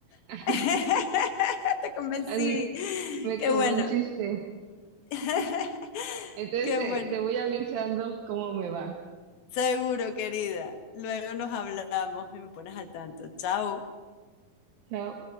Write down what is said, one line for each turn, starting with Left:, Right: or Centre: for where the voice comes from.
Right: <laughs>
Left: <laughs> Te convencí.
Right: así me
Left: Qué
Right: convenciste.
Left: bueno. <laughs>
Right: Entonces,
Left: Qué
Right: eh,
Left: bueno.
Right: te voy avisando cómo me va.
Left: Seguro, querida. Luego nos hablamos y me pones al tanto. Chao.
Right: Chao.